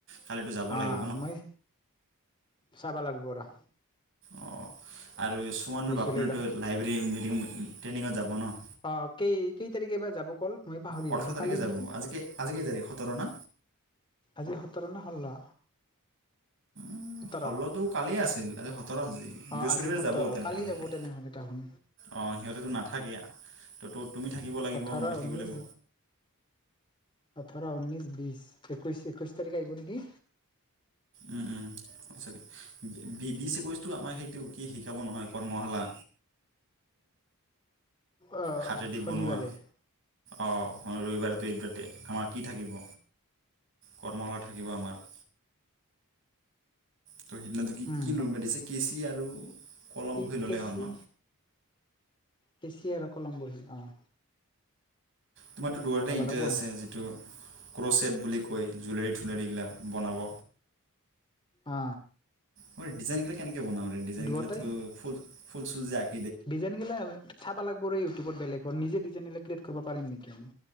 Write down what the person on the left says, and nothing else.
অ
মই চাবা লাগিব ৰ
লিখি
লৈ লয়
অ কেই কেই তাৰিখেবাৰ যাব ক'ল মই পাহৰি
গলো
কালি
নেকি
আজি সোতৰ ন ষোল্ল
সোতৰ
অ
আজি সোতৰ
কালি যাব তেনেহ'লে তাহোন
ওঠৰ
ঊনৈশ
ওঠৰ, ঊনৈছ, বিছ, একৈছ। একৈছ তাৰিখে আহিব নেকি?
অ
শনিবাৰে।
উম
কি
কেচি?
কেচি আৰু কলম বহি। অহ।
ল'ব
লাগিব
অ
অ।
দুয়োটাই
ডিজাইন গিলা চাব লাগিব ৰেই ইউটিউবত বেলেগ নিজে ডিজাইন গিলাক ক্ৰিয়েট কৰিব পাৰি নেকি আমি?